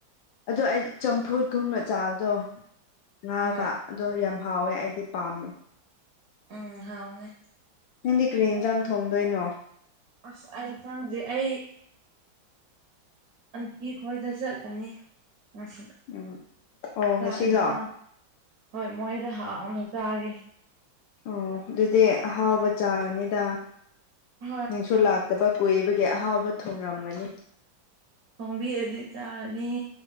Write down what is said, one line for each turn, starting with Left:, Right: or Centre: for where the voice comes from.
Left: ꯑꯗꯣ ꯑꯩꯗꯤ ꯆꯝꯐꯨꯠꯀꯨꯝꯅ ꯆꯥꯕꯗꯣ ꯉꯥꯒ
Right: ꯍꯣꯏ
Left: ꯑꯗꯣ ꯌꯥꯝ ꯍꯥꯎꯋꯦ ꯑꯩꯗꯤ ꯄꯥꯝꯃꯦ
Right: ꯎꯝ ꯍꯥꯎꯋꯦ
Left: ꯅꯪꯗꯤ ꯀꯔꯤ ꯏꯟꯖꯥꯡ ꯊꯣꯡꯗꯣꯏꯅꯣ
Right: ꯑꯁ ꯑꯩ ꯏꯟꯖꯥꯡꯖꯦ ꯑꯩ ꯑꯟꯇꯤ ꯈꯣꯏꯗ ꯆꯠꯀꯅꯤ ꯉꯁꯤ
Left: ꯎꯝ ꯑꯣ
Right: ꯆꯥꯛ
Left: ꯉꯁꯤꯂꯣ
Right: ꯏꯟꯖꯥꯡ
Left: ꯑꯣ
Right: ꯍꯣꯏ ꯃꯣꯏꯗ ꯍꯥꯎꯅ ꯆꯥꯒꯦ
Left: ꯑꯣ ꯑꯗꯨꯗꯤ ꯑꯍꯥꯎꯕ ꯆꯥꯒꯅꯤꯗ
Right: ꯍꯣꯏ
Left: ꯅꯪꯁꯨ ꯂꯥꯛ ꯇꯕ ꯀꯨꯏꯕꯒꯤ ꯑꯍꯥꯎꯕ ꯊꯣꯡꯉꯝꯒꯅꯤ
Right: ꯊꯣꯡꯕꯤꯔꯗꯤ ꯆꯥꯔꯅꯤ